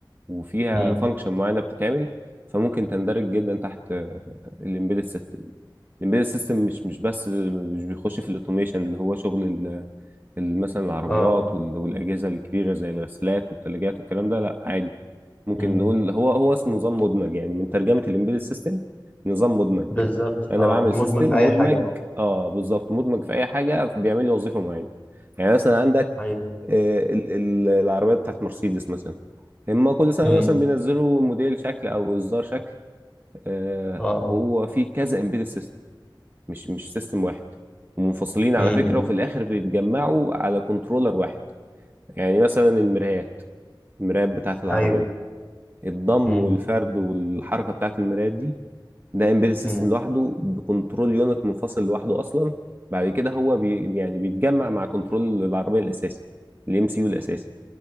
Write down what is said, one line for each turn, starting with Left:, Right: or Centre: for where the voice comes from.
Right: وفيها
Left: امم
Right: فانكشن معينه بتتعمل فممكن تندرج جدا تحت الامبيدد سيستم الامبيدد سيستم مش مش بس مش بيخش في الاوتوميشن اللي هو شغل ال- مثلا العربيات
Left: اه
Right: وال- والأجهزة الكبيرة زي الغسالات والثلاجات والكلام ده لا عادي ممكن
Left: امم
Right: نقول هو هو اسمه نظام مدمج يعني من ترجمة الإمبيدد سيستم نظام مدمج
Left: بالظبط
Right: أنا
Left: اه
Right: بعمل
Left: مدمج
Right: سيستم
Left: في اي
Right: مدمج
Left: حاجه اه
Right: اه بالظبط مدمج في أي حاجة بيعمل لي وظيفة معينة يعني مثلا عندك
Left: ايوه
Right: آه، ال- ال- العربيات بتاعت مرسيدس مثلا هما كل سنة
Left: امم
Right: مثلا بينزلوا موديل شكل أو إصدار شكل آه،
Left: اه اه
Right: هو فيه كذا إمبيدد سيستم مش مش سيستم واحد ومنفصلين على
Left: امم
Right: فكرة وفي الآخر بيتجمعوا على كنترولر واحد يعني مثلا المرايات المرايات بتاعت العربية
Left: ايوه
Right: الضم
Left: امم
Right: والفرد والحركة بتاعت المرايات دي ده امبيدد سيستم
Left: امم
Right: لوحده بكنترول يونت منفصل لوحده أصلا بعد كده هو بي يعني بيتجمع مع كنترول العربية الأساسي الام سي يو الأساسي